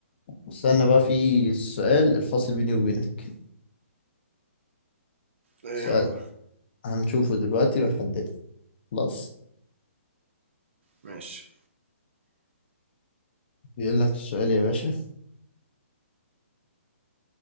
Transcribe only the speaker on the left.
استنى بقى في السؤال الفاصل بيني وبينك
سؤال
هنشوفه دلوقتي ونحدده خلاص
بيقول لك السؤال يا باشا